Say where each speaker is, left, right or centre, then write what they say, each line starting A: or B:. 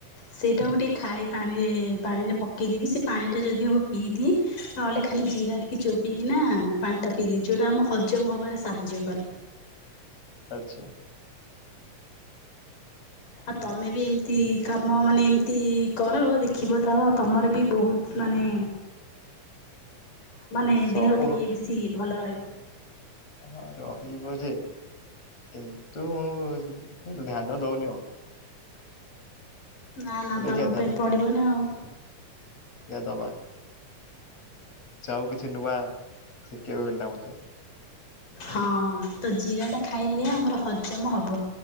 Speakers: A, on the left; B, on the left.
A: ସେଇଟା ଗୋଟେ ଖାଏ ପାଣିରେ ପାଣିରେ ପକେଇ ଦେଇକି ସେ ପାଣି ଟା ଯଦି ହବ ପିଇଦିଏ। ନହେଲେ ଖାଲି ଜିରା ଟିକେ ଚୋବେଇକି ନା ପାଣି ଟା ପିଇଦିଏ ଯୋଉଟା ଆମ ହ ହଜମ ହେବାରେ ସାହାଯ୍ୟ କରେ।
B: ଆଚ୍ଛା।
A: ଆ
B: ହୁଁ
A: ତମେ ବି ଏମ ତି କାମ ମାନେ ଏମିତି କର ଦେଖିବ ତ ତମର ବି ବହୁତ ମାନେ ମାନେ
B: ସବୁ
A: ଦେହ ଟିକେ ବେଶୀ ଭଲ ରହିବ।
B: ହଁ ରହିବ ଯେ କିନ୍ତୁ ଧ୍ୟାନ ଦଉନି ଆଉ।
A: ନା ନା
B: ଦେଖିବା
A: ଦବା ପାଇଁ ପଡ଼ିବ ନା ଆଉ।
B: ଏୟା ଦବା। ସେ ଆଉ କିଛି ନୂଆ ଶିଖିବାକୁ ମିଳିଲା ମତେ।
A: ହଁ ତ ଜିରା ଟା ଖାଇଲେ ଆମର ହଜମ ହବ।